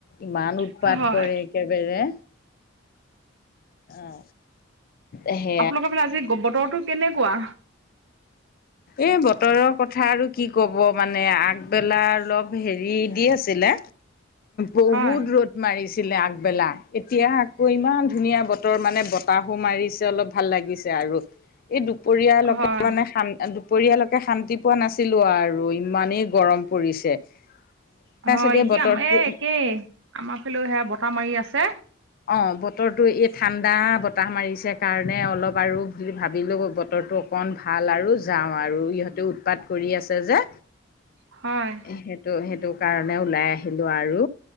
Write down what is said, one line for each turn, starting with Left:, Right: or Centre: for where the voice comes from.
Left: ইমান উৎপাত
Right: হয়
Left: কৰে একেবাৰে। অ। এ সে
Right: আপোনালোকৰ ফালে আজি বতৰটো কেনেকুৱা?
Left: এ বতৰৰ কথা আৰু কি ক'ব মানে আগবেলা অলপ হেৰি দি আছিলে বহুত
Right: হয়
Left: ৰ'দ মাৰিছিলে আগবেলা। এতিয়া আকৌ ইমান ধুনীয়া বতৰ মানে বতাহো মাৰিছে অলপ। ভাল লাগিছে আৰু এই দুপৰীয়ালকে
Right: হয়
Left: মানে <unintelligible> দুপৰীয়ালৈকে শান্তি পোৱা নাছিলো আৰু ইমানেই গৰম পৰিছে। তাৰপিছত
Right: হয়
Left: এই
Right: এতিয়া
Left: বতৰটো
Right: এই একেই। আমাৰ ফালেও সেয়া বতাহ মাৰি আছে।
Left: অ, বতৰটো এই ঠাণ্ডা বতাহ মাৰিছে কাৰণে অলপ আৰু বুলি ভাবিলোঁ বতৰটো অকণ ভাল আৰু যাওঁ আৰু ইহঁতেও উৎপাত কৰি আছে যে।
Right: হয়।
Left: সেটো সেটো কাৰণে ওলাই আহিলো আৰু